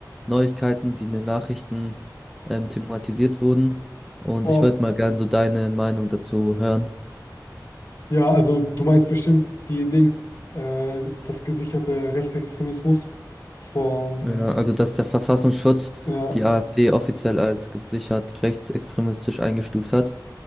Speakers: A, in the centre; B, on the left (about 60°).
A: Neuigkeiten, die in den Nachrichten ähm, thematisiert wurden. Und
B: Oh,
A: ich wollte mal gern so deine Meinung dazu hören.
B: ja, also du meinst bestimmt die Ding, äh, das gesicherte Rechtsextremismus von,
A: Ja, also dass der Verfassungsschutz
B: ja.
A: die AfD offiziell als gesichert rechtsextremistisch eingestuft hat.